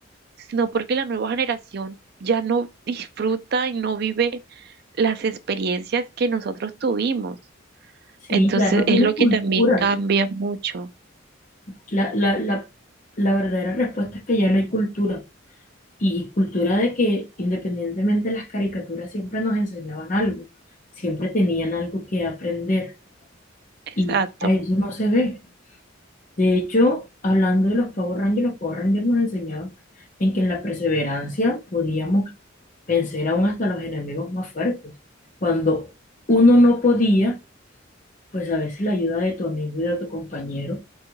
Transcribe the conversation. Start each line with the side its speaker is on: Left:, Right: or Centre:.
Right: sino porque la nueva generación ya no disfruta y no vive las experiencias que nosotros tuvimos.
Left: Sí,
Right: Entonces
Left: ya no tiene
Right: es lo que
Left: cultura.
Right: también cambia mucho.
Left: La, la, la, la verdadera respuesta es que ya no hay cultura. Y cultura de que independientemente las caricaturas siempre nos enseñaban algo, siempre tenían algo que aprender
Right: Exacto.
Left: y a eso no se ve. De hecho, hablando de los Power Rangers, los Power Rangers nos enseñaban en que en la perseverancia podíamos vencer aún hasta los enemigos más fuertes. Cuando uno no podía, pues a veces la ayuda de tu amigo y de tu compañero